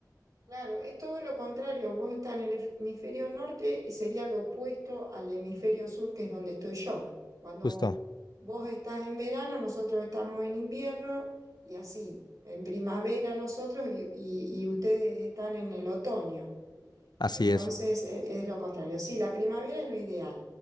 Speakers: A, on the right; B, on the left.
A: Claro, es todo lo contrario. Vos estás en el hemisferio norte y sería lo opuesto al hemisferio sur, que es donde estoy yo. Cuando
B: Justo,
A: vos estás en verano, nosotros estamos en invierno y así, en primavera nosotros y, y- y ustedes están en el otoño.
B: así
A: Entonces
B: es.
A: e- es, lo contrario. Sí, la primavera es lo ideal.